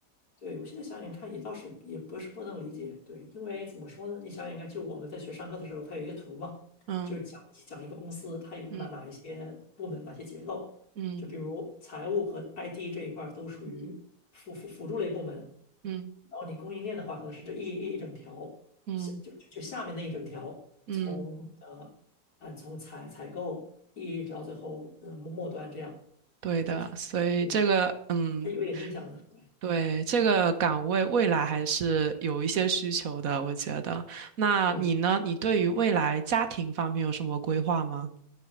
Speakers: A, on the left; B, on the right.
A: 对，我现在想想看，也倒是也不是不能理解，对，因为怎么说呢？你想想看，就我们在学上课的时候，它有一个图嘛，
B: 嗯
A: 就是讲讲一个公司它有哪哪一些部门、
B: 嗯
A: 哪些结构，
B: 嗯
A: 就比如财务和 IT 这一块儿都属于辅辅辅助类部门，
B: 嗯嗯
A: 然后你供应链的话，可能是这一一一整条，
B: 嗯
A: 下就就就下面那一整条，
B: 嗯，
A: 从呃啊从采采购一直到最后呃末末端这样，
B: 对的。
A: 对，其实对，
B: 所以这个，嗯，
A: 还有一点印象的，对。
B: 对，这个岗位未来还是有一些需求的，我觉得。那你呢？
A: 对
B: 你对于未来家庭方面有什么规划吗？